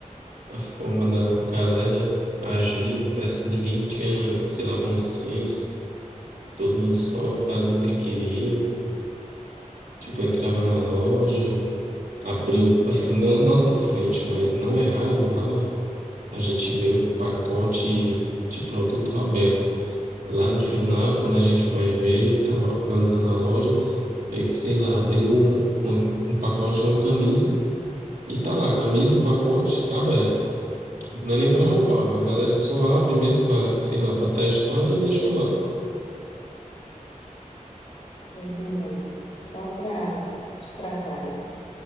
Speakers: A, on the right; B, on the left.
A: a forma da galera agir. Parece que ninguém tinha, sei lá, bom senso. Todo mundo só fazia o que queria. Tipo, entrava na loja, abriu, assim, não na nossa frente, mas não é raro lá. a gente vê o pacote de produto aberto. Lá no final, quando a gente vai ver, tá organizando a loja, vê que, sei lá, abriram um, um, um pacote de uma camisa e tá lá, camisa, o pacote tá aberto. Não é nem para roubar, a galera só abre mesmo para, sei lá, para testar e deixa lá.
B: Tô entendendo. Só pra estragar, né?